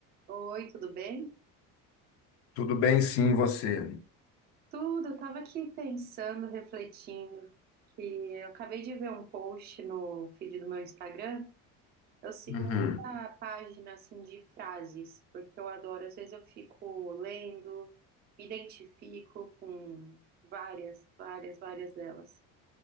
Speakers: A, on the right; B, on the left.
A: Oi, tudo bem?
B: Tudo bem, sim, você.
A: Tudo, eu tava aqui pensando, refletindo, que eu acabei de ver um post no feed do meu Instagram. Eu sigo
B: Uhum.
A: muita página assim de frases, porque eu adoro, às vezes eu fico lendo, me identifico com várias, várias, várias delas.